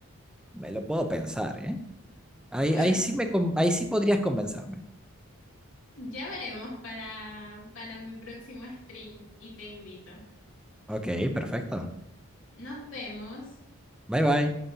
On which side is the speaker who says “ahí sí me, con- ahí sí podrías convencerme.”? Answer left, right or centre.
Centre